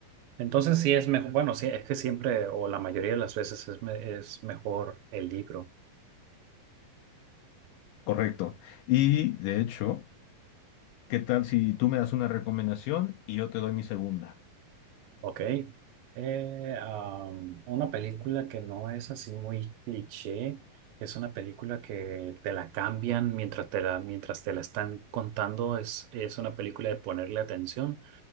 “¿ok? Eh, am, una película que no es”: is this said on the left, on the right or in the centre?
Right